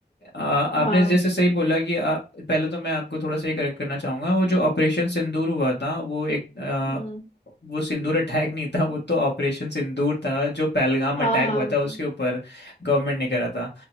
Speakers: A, on the left; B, on the left.
A: आ, आपने
B: हाँ
A: जैसे सही बोला कि आ, पहले तो मैं आपको थोड़ा सा ये करेक्ट करना चाहूंगा वो जो ऑपरेशन सिंदूर हुआ था वो एक आ,
B: हम्म
A: वो सिंदूर अटैक नहीं था वो तो ऑपरेशन सिंदूर था जो पहलगाम
B: हाँ
A: अटैक
B: हाँ
A: हुआ
B: मतलब
A: था उसके ऊपर गवर्नमेंट ने करा था